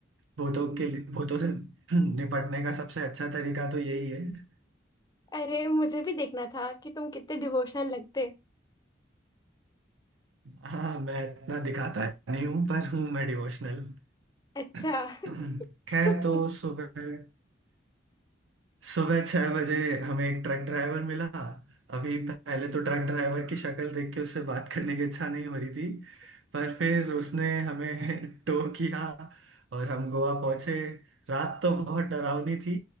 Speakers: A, on the right; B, on the left.
A: भूतों के लिए- भूतों से <clears throat> निपटने का सबसे अच्छा तरीका तो यही है
B: अरे मुझे भी देखना था कि तुम कितने डिवोशनल लगते
A: हाँ मैं इतना दिखाता नहीं हूँ पर हूँ मैं डिवोशनल
B: अच्छा
A: <clears throat>
B: <laughs>
A: खैर तो सुबह सुबह छह बजे हमें एक ट्रक ड्राइवर मिला अभी पहले तो ट्रक ड्राइवर की शक्ल देख के उससे बात करने की इच्छा नहीं हो रही थी पर फिर उसने हमें <laughs> टो किया और हम गोवा पहुंचे रात तो बहुत डरावनी थी